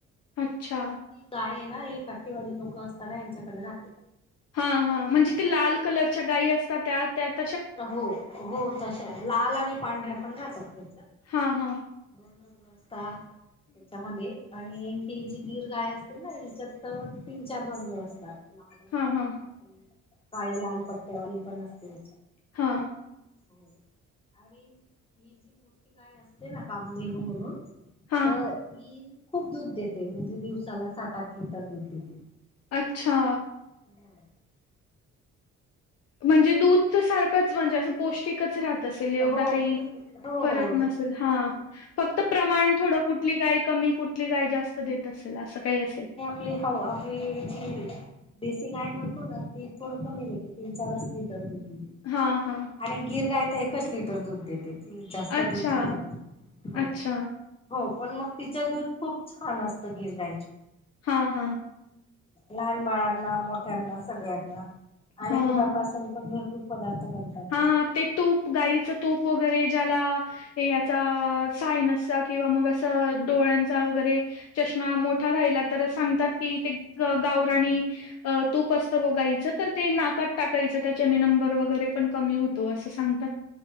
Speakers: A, on the left; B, on the left.
A: अच्छा
B: ती गाय आहे ना हे काठेवाडी लोकं असत ना यांच्याकडे राहते.
A: हा, हा म्हणजे ते लाल कलरच्या गायी असतात त्या, त्यात
B: हो, हो तशा लाल आणि पांढऱ्या पण राहतात <unintelligible>
A: हा हा
B: <unintelligible> पा, त्याच्यामध्ये आणि ही जी गीर गाय असते ना, हिच्यात तीन -चार रंग असतात. <unintelligible>
A: हां हां
B: काळे, लाल पट्टेवाली पण असते.
A: हा
B: <unintelligible> गाय असते ना कामधेनू म्हणून
A: हां
B: तर ई खूप दूध देते, म्हणजे दिवसाला सात -आठ लिटर दूध देते.
A: अच्छा
B: <unintelligible>
A: म्हणजे दूध तर सारखंच म्हणजे असं पौष्टिकच राहत असेल, एवढं
B: हो
A: काही
B: पण हो
A: फरक
B: हो
A: नसेल
B: दूध
A: हा.
B: हो
A: फक्त प्रमाण थोडं कुठली गाय कमी, कुठली गाय जास्त देत असेल असं काही असेल.
B: प्ली हाव. आपली जी देसी गाय म्हणतो न ती थोड कमी देते. तीन-चार असं ही तर बी बी बी.
A: हा हा.
B: आणि गिर गाय तर एकच लिटर दूध देते. ती जास्त
A: अच्छा,
B: दूध नाही देत. हो.
A: अच्छा.
B: हो पण मग तिच दूध खूप छान असतं गिर गायीच.
A: हा हा.
B: लहान बाळांना, मोठ्यांना, सगळ्यांना. आणि
A: हां.
B: दुधापासून पण भरपूर पदार्थ बनतात
A: हां,
B: ना.
A: ते तूप, गायीचं तूप वगैरे ज्याला हे याचा.. आ.. सायनसचा किंवा मग असं डोळ्यांचा वगैरे चष्मा मोठा राहिला तर सांगतात की, ते गावराणी अ तूप असतं ग गाईचं तर ते नाकात टाकायचं त्याच्याने नंबर वगैरे पण कमी होतो असं सांगतात.